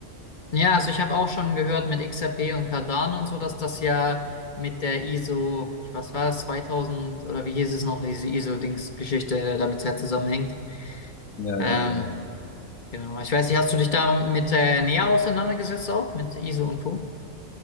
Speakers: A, on the left (about 35°); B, on the left (about 80°).
A: Ja, also ich habe auch schon gehört mit XRP und Cardano und so, dass das ja mit der ISO, ich was war das, 2000 oder wie hieß es noch, diese ISO-Dings-Geschichte damit sehr zusammenhängt.
B: Ja,
A: Ähm,
B: ja, genau.
A: genau, ich weiß nicht, hast du dich damit äh, näher auseinandergesetzt auch mit ISO und Co.?